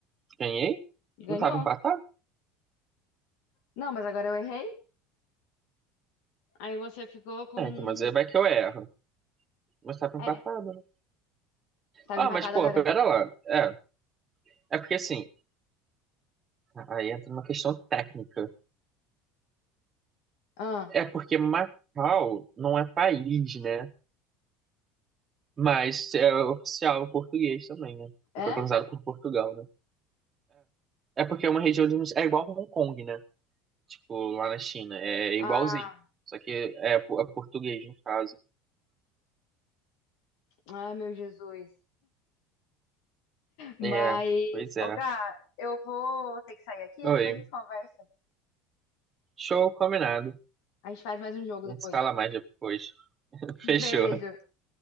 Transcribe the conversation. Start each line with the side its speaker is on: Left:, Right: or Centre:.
Right: ganhei?
Left: Ganhou.
Right: Não tava empatado?
Left: Não, mas agora eu errei. Aí você ficou com.
Right: É,
Left: um-
Right: então, mas aí vai que eu erro. Mas tava empatado,
Left: É,
Right: né?
Left: estava
Right: Ah,
Left: empatado
Right: mas, pô,
Left: agora.
Right: pera lá. É, é porque assim, Aí entra uma questão técnica.
Left: Ah,
Right: É porque Macau não é país, né? Mas é oficial português também, né?
Left: é?
Right: Foi colonizado por Portugal, né? É, é porque é uma região de... É igual Hong Kong, né? Tipo, lá na China. É igualzinho.
Left: Ah,
Right: Só que é, po- é português, no caso.
Left: ai meu Jesus. Mas,
Right: É, pois é.
Left: ô Gá, eu vou ter que sair aqui
Right: Oi.
Left: e depois a gente conversa.
Right: Show combinado.
Left: A gente faz mais um jogo
Right: A
Left: depois.
Right: gente se fala mais depois. <laughs>
Left: Beijo.
Right: Fechou.